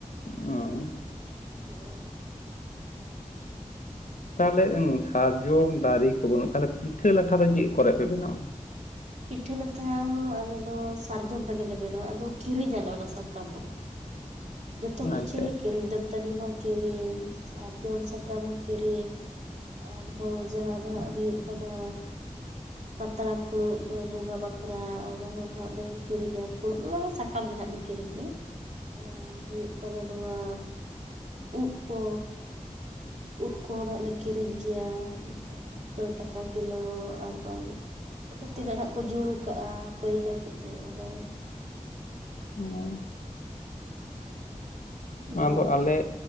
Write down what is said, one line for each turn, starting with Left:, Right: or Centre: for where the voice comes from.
Left: ᱚ
Right: ᱦᱚ
Left: ᱛᱟᱦᱚᱞᱮ ᱥᱟᱨᱡᱚᱢ ᱫᱟᱨᱮ ᱠᱚ ᱵᱟᱹᱱᱩᱜᱼᱟ ᱛᱟᱦᱚᱞᱮ ᱯᱤᱴᱷᱟᱹ ᱞᱟᱴᱷᱟ ᱫᱚ ᱪᱮᱫ ᱠᱚᱨᱮ ᱯᱮ ᱵᱮᱱᱟᱣᱟ
Right: ᱯᱤᱴᱷᱟᱹ ᱞᱟᱛᱷᱟ ᱦᱚᱸ ᱟᱞᱮ ᱫᱚ ᱥᱟᱨᱡᱚᱢ ᱨᱮᱜᱮᱞᱮ ᱵᱮᱱᱟᱣᱟ ᱟᱫᱚ ᱠᱤᱨᱤᱧᱟᱞᱮ ᱚᱱᱟ ᱥᱟᱠᱟᱢ ᱦᱚᱸ ᱡᱚᱛᱚ ᱠᱤᱪᱷᱩ
Left: ᱟᱪᱪᱷᱟ
Right: ᱜᱮ ᱠᱤᱨᱤᱧ ᱫᱚ ᱛᱟᱹᱱᱤ ᱦᱚᱸ ᱠᱤᱨᱤᱧ ᱥᱟᱨᱡᱚᱢ ᱥᱟᱠᱟᱢ ᱦᱚᱸ ᱠᱤᱨᱤᱧ ᱟᱨᱦᱚᱸ ᱡᱟᱦᱟ ᱫᱚ ᱦᱟᱜ ᱦᱩᱭᱩᱜ ᱠᱟᱱᱟ ᱯᱟᱛᱲᱟ ᱯᱷᱩᱲᱩᱜ ᱵᱚᱸᱜᱟ ᱵᱟᱠᱷᱨᱟ ᱚᱱᱟᱦᱚ ᱱᱟᱦᱟᱜᱞᱮ ᱠᱤᱨᱤᱧᱟ ᱯᱷᱩᱲᱩᱜ ᱥᱟᱠᱟᱢ ᱜᱮ ᱱᱟᱦᱟᱜ ᱞᱮ ᱠᱤᱨᱤᱧᱮᱫᱼᱟ ᱟᱨ ᱦᱩᱭᱩᱜ ᱠᱟᱱᱟ ᱱᱚᱣᱟ ᱩᱫ ᱠᱚ ᱩᱫ ᱠᱚᱦᱚᱸ ᱦᱜ ᱞᱮ ᱠᱤᱨᱤᱧ ᱜᱮᱭᱟ ᱱᱚᱝᱠᱟ ᱥᱚᱭ ᱴᱟᱠᱟ ᱠᱤᱞᱳ ᱟᱨ ᱵᱟᱝ ᱚᱠᱟ ᱛᱤᱱᱟᱹᱜ ᱟᱜ ᱠᱚ ᱡᱩᱲᱩ ᱠᱟᱜᱼᱟ ᱯᱟᱹᱭᱞᱟᱹ ᱠᱚᱛᱮ ᱚᱱᱟ
Left: ᱦᱸ
Right: ᱦᱳᱭ
Left: ᱟᱫᱚ ᱟᱞᱮ